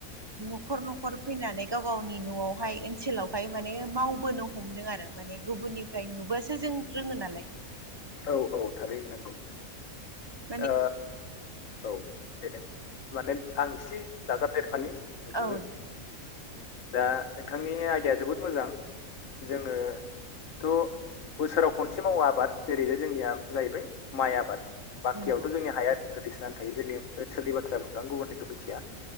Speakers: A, on the right (about 20°); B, on the left (about 65°).
A: न'खर न'खर फैनानै गाव गावनि न'आवहाय ओनसोलावहाय माने मावबोनो हमदों आरो माने गुबुननिफ्राय नुबबोसो जों रोङो नालाय
B: औ औ थारैनो नंगौ
A: <inaudible>
B: ओ औ देनाय माने आं एसे दाजाबदेरफानि नोंथांजों
A: औ दे
B: दा नोंथांनि आयदाया जोबोद मोजां जोङो थ' बोसोराव खनसे मावो आबाद जेरै जोंनिया जाहैबाय माइ आबाद। बाखियावथ'
A: नंगौ
B: जोंनि हाया ओरैनो गोदैसोनानै थायो जोंनि सोलि बाथ्रा बुंदों आं गुबुननिखौ मिथिया।